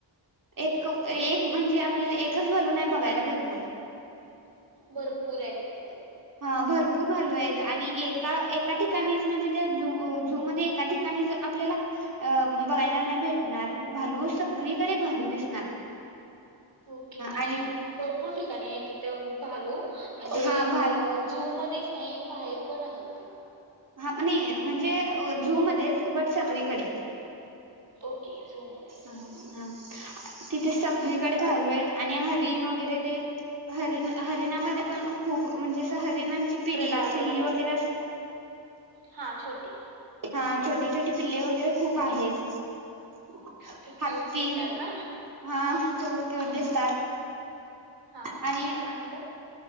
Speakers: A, on the right; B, on the right.
A: एक... एक
B: ओके
A: म्हणजे आपल्याला एकच भलू नाही बघायला भेटणार.
B: भरपूर आहेत तिथं
A: हा भरपूर भालू आहेत आणि एका एका ठिकाणीच म्हणजे त्या झू आ झू मध्ये एका ठिकाणी आपल्याला अ बघायला नाही भेटणार भालू सगळीकडे भालू दिसणार.
B: ओके म्हणजे
A: आणि
B: भरपूर ठिकाणी आहे ति <unintelligible> भालू म्हणजे
A: हा
B: अ
A: भालू
B: झू मध्येच नाही बाहेर कोण आहेत ते?
A: हा नाही म्हणजे अ झू मध्येच बट सगळीकडे
B: ओके झूमध्येच
A: आणि हा तिथे सगळीकडे भालू आहेत आणि हरीण वगैरे ते हरीण हरीणामध्ये पण खूप म्हणजे असं ह..... हरिणांची पिल्ला
B: प्रजाती
A: पिल्ली
B: आहेत
A: वगैरे,
B: होय.
A: अस
B: हा छोटी
A: हा छोटी-छोटी. पिल्ले वगैरे खूप आहेत. <unintelligible> हत्ती
B: क्यूट दिसतात ना
A: हा खूप क्युट दिसतात.
B: हा
A: आणि
B: त्यानंतर